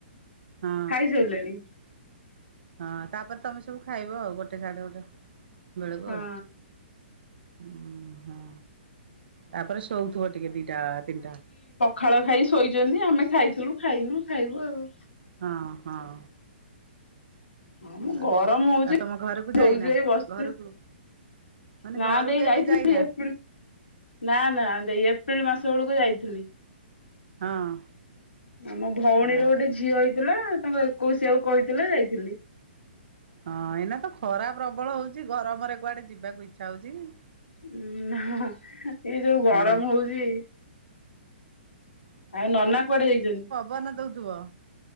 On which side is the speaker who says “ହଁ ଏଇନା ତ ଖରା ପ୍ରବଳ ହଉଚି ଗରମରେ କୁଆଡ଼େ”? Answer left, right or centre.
Right